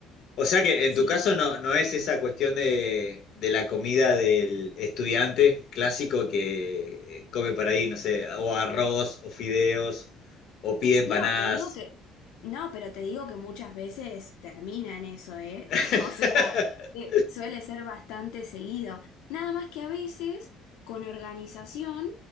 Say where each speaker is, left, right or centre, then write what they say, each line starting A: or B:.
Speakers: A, on the left; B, on the left.
A: O sea que en
B: Sí,
A: tu caso no, no es esa cuestión de, de la comida del estudiante clásico que come por ahí, no sé, o arroz, o fideos, o pide empanadas.
B: No, te digo que, no, pero te digo que muchas veces termina en eso, ¿eh?
A: <laughs>
B: <laughs> O sea, eh, suele ser bastante seguido. Nada más que a veces, con organización,